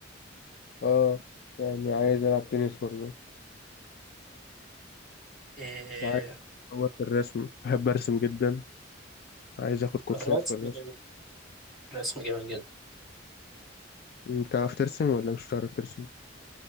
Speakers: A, on the left; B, in the centre.
A: اه يعني عايز العب تنس برضه
B: إيه
A: عايز اطور في الرسم بحب ارسم جدا عايز اخد كورسات
B: الرسم
A: في الرسم
B: جميل الرسم جميل جدا
A: أم، بتعرف ترسم ولا مش بتعرف ترسم